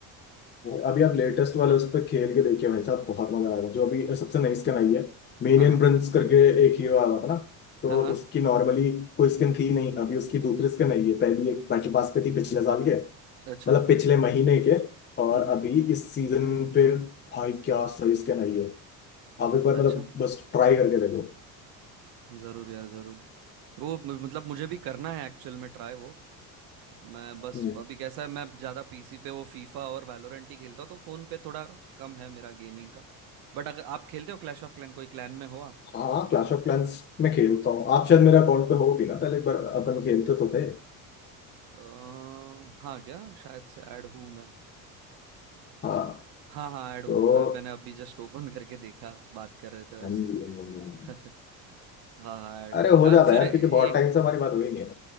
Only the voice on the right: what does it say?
हाँ हाँ
हाँ हाँ
अच्छा
हम्म
हम्म
अच्छा
जरूर यार जरूर वो म- मतलब मुझे भी करना है एक्चुअल में ट्राई वो मैं बस
अभी कैसा है मैं ज्यादा पीसी पे वो फीफा और वैलोरेंट ही खेलता हूँ तो फोन पे थोड़ा कम है मेरा गेमिंग का बट अगर आप खेलते हो क्लैश ऑफ क्लैन कोई क्लैन में हो आप
अ, हाँ क्या शायद से ऐड हूँ मैं
हाँ हाँ ऐड हूँ
मैं मैंने अभी जस्ट ओपन करके देखा बात कर रहे थे वैसे
ही
<laughs> हाँ हाँ ऐड है
यार
फिर
एक